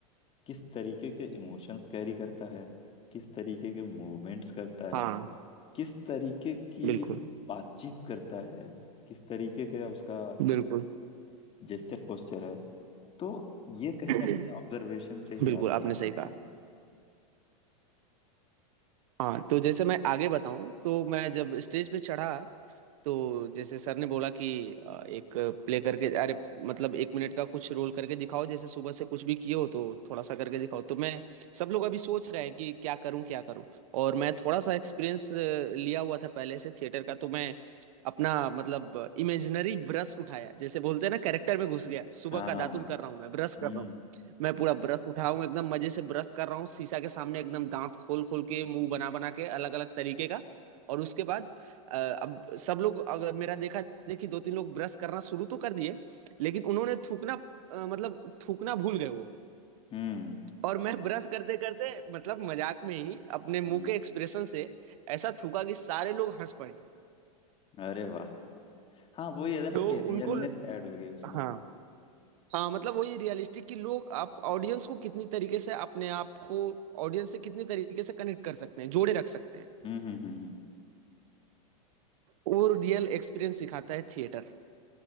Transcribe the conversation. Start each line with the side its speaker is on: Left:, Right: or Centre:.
Left: किस तरीके के इमोशंस कैरी करता है किस तरीके के मूवमेंट्स करता है
Right: हाँ
Left: किस तरीके की
Right: बिल्कुल
Left: बातचीत करता है किस तरीके का उसका
Right: बिल्कुल
Left: जेस्चर पोस्चर है तो ये कहीं
Right: <clears throat>
Left: ना कहीं ऑब्जर्वेशन से ही
Right: बिल्कुल
Left: आप गेन
Right: आपने
Left: कर
Right: सही कहा
Left: पाएंगे
Right: हाँ तो जैसे मैं आगे बताऊं तो मैं जब स्टेज पे चढ़ा तो जैसे सर ने बोला कि अ, एक प्ले करके अरे मतलब एक मिनट का कुछ रोल करके दिखाओ जैसे सुबह से कुछ भी किए हो तो थोड़ा सा करके दिखाओ तो मैं सब लोग अभी सोच रहे हैं कि क्या करूं क्या करूं और मैं थोड़ा सा एक्सपीरियंस लिया हुआ था पहले से थिएटर का तो मैं अपना मतलब इमेजिनरी ब्रश उठाया जैसे बोलते हैं ना कैरेक्टर में घुस गया सुबह
Left: हाँ
Right: का
Left: हाँ
Right: दातुन
Left: हाँ
Right: कर रहा हूँ मैं ब्रश
Left: हम्म
Right: कर रहा हूँ मैं पूरा ब्रश उठाऊं एकदम मजे से ब्रश कर रहा हूँ शीशा के सामने एकदम दांत खोल खोल के मुंह बना बना के अलग अलग तरीके का और उसके बाद अ, अब सब लोग अगर मेरा देखा देखी दो तीन लोग ब्रश करना शुरू तो कर दिए लेकिन उन्होंने थूकना अ, मतलब थूकना भूल गए वो
Left: हम्म
Right: और मैं ब्रश करते करते मतलब मजाक में ही अपने मुंह
Left: हम्म
Right: के एक्सप्रेशन से ऐसा थूका कि सारे लोग हंस पड़े
Left: अरे वाह हाँ वही है ना
Right: तो
Left: कि रियलनेस
Right: उनको
Left: ऐड हो गई उसमें
Right: हाँ हाँ मतलब वही रियलिस्टिक कि लोग आप ऑडियंस को कितनी तरीके से अपने आप को ऑडियंस से कितनी तरीके से कनेक्ट कर सकते हैं जोड़े रख सकते हैं
Left: हम्म हम्म हम्म हम्म।
Right: वो रियल एक्सपीरियंस सिखाता है थिएटर